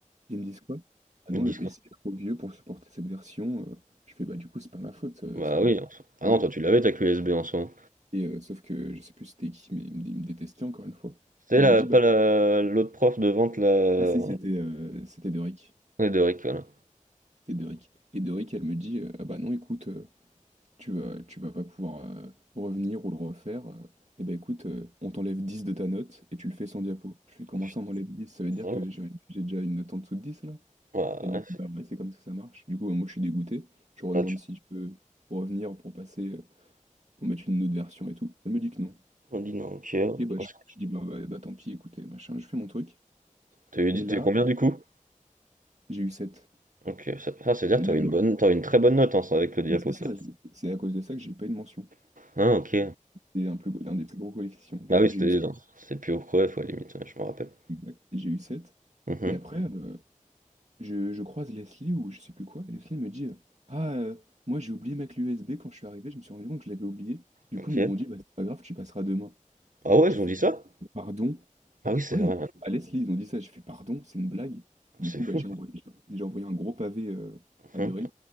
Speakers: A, on the right; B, on the right.
A: Ils me disent quoi? Ah
B: Le
A: non,
B: disque.
A: le PC est trop vieux pour supporter cette version. euh. Je fais, bah du coup, c'est pas ma faute, euh,
B: Bah
A: c'est votre
B: oui,
A: PC
B: en soi.
A: qui est
B: Ah
A: trop
B: non,
A: vieux.
B: toi tu l'avais ta clé USB en soi.
A: Et euh, sauf que je sais plus c'était qui, mais il me, il me détestait encore une fois.
B: C'est
A: Elle
B: la,
A: me dit,
B: pas
A: bah,
B: la, l'autre prof de vente là,
A: ah si, c'était euh, c'était Doric.
B: et de Rick, voilà.
A: C'était Doric. Et Doric, elle me dit, euh, ah bah non, écoute, euh, tu vas, tu vas pas pouvoir euh, revenir ou le refaire. euh. Eh bah écoute, euh, on t'enlève 10 de ta note et tu le fais sans diapo. Je fais, comment
B: Oh, putain.
A: ça, on m'enlève 10? Ça veut dire
B: Ouais,
A: que j'ai j'ai déjà une note en dessous de 10 là?
B: ouais,
A: Elle me dit, bah
B: c'est-
A: ouais, c'est comme ça que ça marche. Du coup, ouais, moi, je suis dégoûté. Je lui redemande
B: ah, tu
A: si je peux revenir pour passer, euh, pour mettre une autre version et tout. Elle me dit que non.
B: on dit non, ok.
A: Et bah,
B: Parce
A: je,
B: que-
A: je dis, bah, bah, bah, tant pis, écoutez, machin, je fais mon truc.
B: T'as eu,
A: Et
B: dit-
A: là,
B: t'as eu combien du coup?
A: j'ai eu sept
B: Ok, ça, ah, c'est-à-dire
A: Je
B: que
A: veux dire,
B: t'as eu une
A: genre,
B: bonne, t'as eu une très bonne note hein, ça, avec le diapo.
A: oui, c'est ça,
B: c'est-
A: j'ai- c'est à cause de ça que j'ai pas eu de mention.
B: Ah, ok.
A: C'est un, plus, gros- des plus gros coefficients. Du
B: Bah
A: coup,
B: oui,
A: j'ai
B: c'était
A: eu 7.
B: non, c'était plus au creux, fois limite, ouais, je me rappelle.
A: Exact. J'ai eu sept
B: Mhm,
A: Et après, euh, je, je croise Leslie ou je sais plus quoi. Et Leslie me dit, euh, ah, euh, moi, j'ai oublié ma clé USB quand je suis arrivé. Je me suis rendu compte que je l'avais oubliée. Du
B: Ok.
A: coup, mais ils m'ont dit, bah, c'est pas grave, tu passeras demain.
B: Ah ouais,
A: j'ai
B: ils
A: fait
B: ont dit ça?
A: Pardon?
B: Ah oui, c'est
A: Ouais,
B: vrai, ouais.
A: à Leslie, ils ont dit ça. J'ai fait pardon, c'est une blague. Du
B: c'est
A: coup,
B: fou.
A: bah, j'ai envoyé, j'ai j'ai envoyé un gros pavé euh, à
B: Mhm.
A: Doric